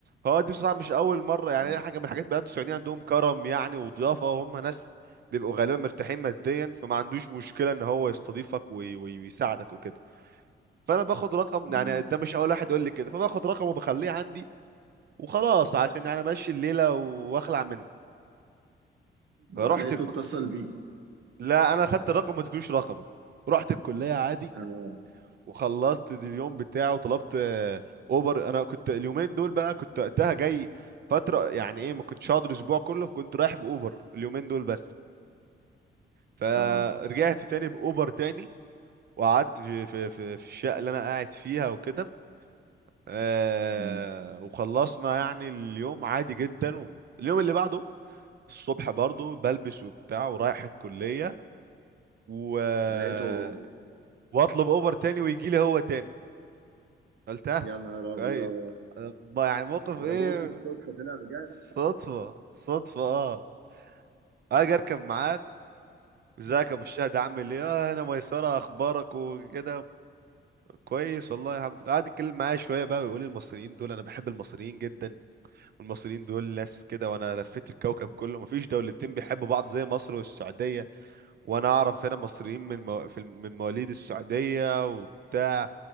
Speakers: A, on the right; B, on the right.
A: هو دي بصراحه مش اول مره يعني
B: يعني
A: هي حاجه من الحاجات بقى السعوديين عندهم كرم يعني وضيافه وهم ناس بيبقوا غالبا مرتاحين ماديا فما عندوش مشكله ان هو يستضيفك وي- وي- ويساعدك وكده فانا باخد رقم
B: مم.
A: يعني ده مش اول واحد يقول لي كده فباخد رقمه وبخليه عندي وخلاص عشان يعني امشي الليله واخلع منه فرحت
B: آه، لقيته
A: الك...
B: اتصل بيك
A: لا انا خدت الرقم ما اديتوش رقمي رحت الكليه عادي
B: اه
A: وخلصت اليوم بتاعه وطلبت آه، اوبر انا كنت اليومين دول بقى كنت وقتها جاي فتره يعني ايه ما كنتش هقعد الاسبوع كله فكنت رايح باوبر اليومين دول بس فرجعت
B: اه
A: تاني باوبر تاني وقعدت في في في, في الشقه اللي انا قاعد فيها وكده آه
B: مم.
A: وخلصنا يعني اليوم عادي جدا و- اليوم اللي بعده الصبح برضو بلبس وبتاع ورايح الكليه و... آه،
B: لقيته هو
A: واطلب اوبر تاني ويجي لي هو تاني قلتها
B: يا نهار ابيض
A: كويس أنا ب- يعني موقف
B: ده
A: ايه
B: انا بقول بالصدفه طلع بجد
A: صدفة صدفة اه اجي اركب معاك ازيك يا ابو الشهد عامل ايه اه انا ميسرة اخبارك وكده كويس والله الحمد لله قعد يتكلم معايا شوية بقى ويقول لي المصريين دول انا بحب المصريين جدا والمصريين دول ناس كده وانا لفيت الكوكب كله مفيش دولتين بيحبوا بعض زي مصر والسعودية وانا اعرف هنا مصريين من مو... في الم- من مواليد السعودية وبتاع